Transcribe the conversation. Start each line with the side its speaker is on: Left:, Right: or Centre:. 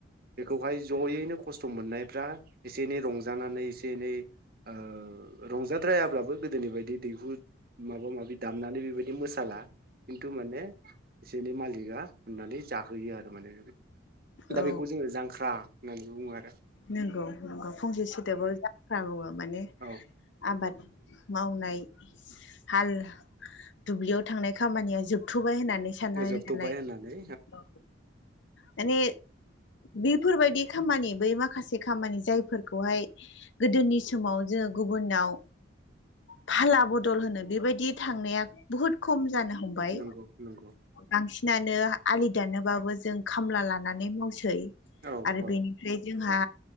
Right: बेखौहाय ज'यैनो खस्थ' मोननायफ्रा इसे इनै रंजानानै इसे इनै ओ रंजाद्रायाब्लाबो गोदोनि बायदि दैहु माबा माबि दामनानै बेबायदि मोसाला खिन्थु माने बिसोरनि मालिकआ अननानै जाहोयो आरो माने दा
Left: औ
Right: बेखौ जोङो जांख्रा नानि बुङो आरो
Left: नंगौ नंगौ फंसे सोदोबाव जांख्रा बुङो। माने
Right: औ
Left: आबाद मावनाय हाल दुब्लियाव थांनाय खामानिया जोबथ'बाय होननानै साननानै
Right: जोबथ'बाय
Left: लानाय
Right: होननानै
Left: औ माने बेफोरबायदि खामानि बै माख माखासे खामानि जायफोरखौहाय गोदोनि समाव जोङो गुबुनाव फाला बदल होनो बेबायदि थांनाया बुहुत खम जानो हमबाय
Right: नंगौ नंगौ
Left: बांसिनानो हा आलि दानोबाबो जों खामला लानानै मावसै।
Right: औ
Left: आरो
Right: औ
Left: बेनिफ्राय हा